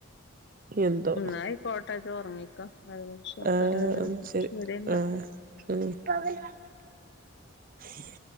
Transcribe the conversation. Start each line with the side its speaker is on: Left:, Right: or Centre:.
Right: എന്തോ
Left: എന്നായികോട്ടെ ജ്ജ് ഉറങ്ങിക്കൊ ജലദോഷം
Right: ആഹ്
Left: തലവേദനോക്കെ
Right: ശരി
Left: ശെരിന്നാ
Right: ആഹ് ഉം